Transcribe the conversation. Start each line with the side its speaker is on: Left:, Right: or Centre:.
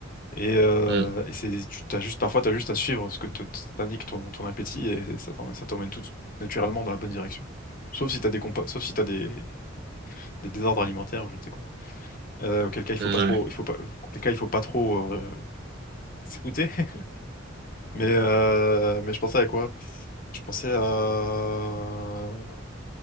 Left: Et, euh,
Right: Mm,
Left: et c'est, tu t'as juste, parfois, tu as juste à suivre ce que te- te- t'indique ton, ton appétit et ça t'emmène ça t'emmène tout naturellement dans la bonne direction. Sauf si t'as des compas, sauf si t'as des, des désordres alimentaires ou je ne sais quoi. Euh, auquel cas il faut
Right: mm,
Left: pas trop,
Right: ouais.
Left: il faut pas, auquel cas il faut pas trop euh, s'écouter. <laughs> Mais euh, mais je pensais à quoi? Je pensais à-